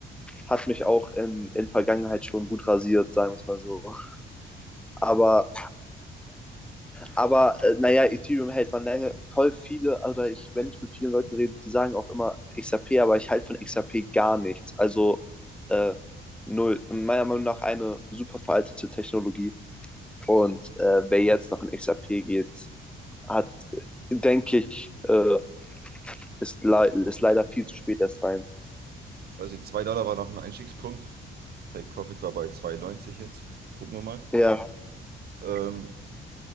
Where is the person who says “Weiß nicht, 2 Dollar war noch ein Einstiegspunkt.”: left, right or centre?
Right